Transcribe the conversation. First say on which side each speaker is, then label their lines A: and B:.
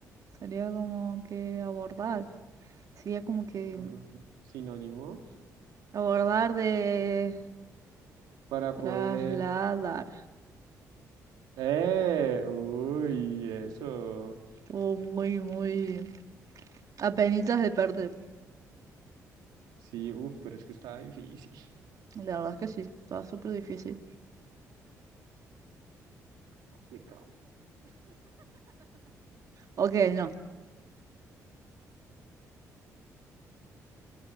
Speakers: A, on the right; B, on the right.
A: sería como que abordar. Sería como que
B: Mm, sinónimos.
A: abordar de
B: Para
A: trasladar.
B: poder... ¡Eh! ¡Uy! Eso.
A: O muy, muy. Apenitas de perder.
B: Sí, uff, pero es que estaba difícil.
A: La verdad es que sí. Estaba súper difícil.
B: <laughs> Complicado.
A: Ok, no.